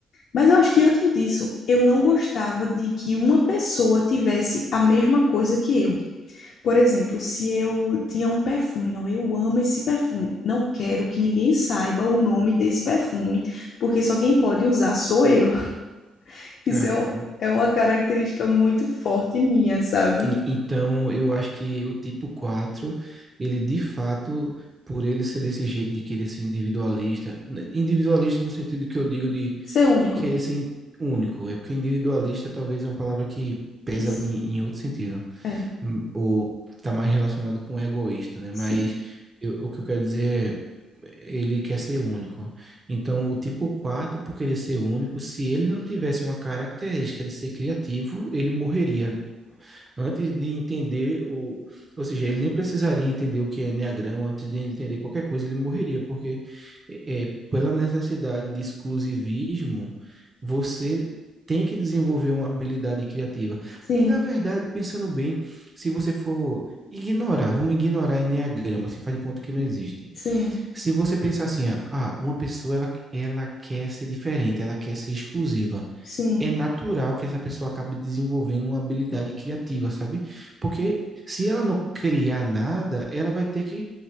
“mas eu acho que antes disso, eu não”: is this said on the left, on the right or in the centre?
Left